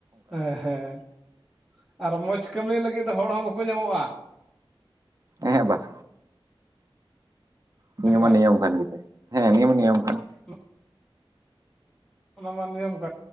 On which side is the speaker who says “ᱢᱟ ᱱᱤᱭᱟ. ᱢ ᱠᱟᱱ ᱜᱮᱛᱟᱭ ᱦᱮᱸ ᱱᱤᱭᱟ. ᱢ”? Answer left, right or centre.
Right